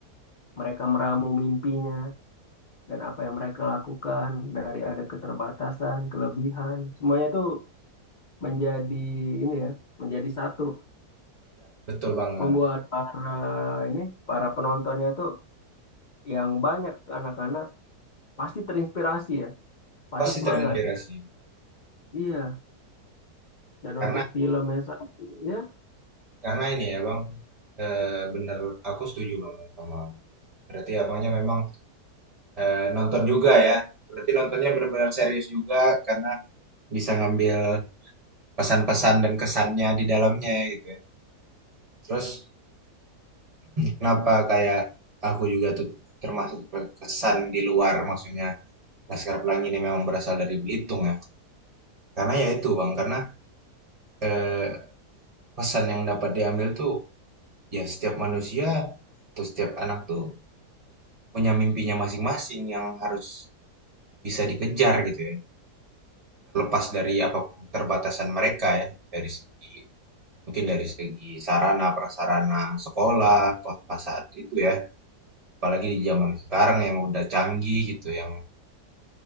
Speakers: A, on the left; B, on the right.
A: Mereka meramu mimpinya dan apa yang mereka lakukan dari ada keterbatasan, kelebihan, semuanya itu menjadi ini ya, menjadi satu,
B: iya, betul banget.
A: membuat para ini para penontonnya itu yang banyak anak-anak pasti terinspirasi ya, pasti
B: Pasti
A: semangat.
B: terinspirasi. benar.
A: Iya, dan
B: Karena
A: untuk filmnya yang saat ini ya,
B: karena ini ya Bang, eh, bener aku setuju banget sama Abang. Berarti abangnya memang eh, nonton juga ya. Berarti nontonnya benar-benar serius juga karena bisa ngambil pesan-pesan dan kesannya di dalamnya gitu ya. Terus kenapa kayak aku juga tuh termasuk kesan di luar maksudnya Laskar Pelangi ini memang berasal dari Belitung ya. Karena ya itu Bang, karena eh, pesan yang dapat diambil tuh ya setiap manusia atau setiap anak tuh punya mimpinya masing-masing yang harus bisa dikejar gitu ya. Terlepas dari apapun keterbatasan mereka ya dari segi mungkin dari segi sarana prasarana sekolah pas pas saat itu ya Apalagi di zaman sekarang yang udah canggih gitu, yang